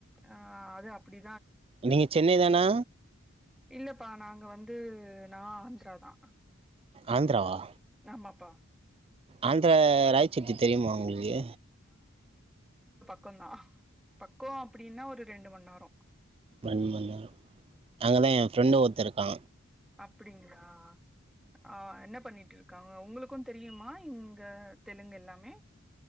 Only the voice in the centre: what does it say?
ஆ அது அப்பிடி
இல்லப்பா நாங்க வந்து நா ஆந்தரா தா
ஆமாப்பா
பக்கோதா பக்கோ அப்பிடின்னா ஒரு ரெண்டு மணி நேரோ
அப்பிடிங்களா ஆ என்ன பண்ணிட்டு இருக்காங்க உங்களுக்கு தெரியுமா இங்க தெலுங்கு எல்லாம் மே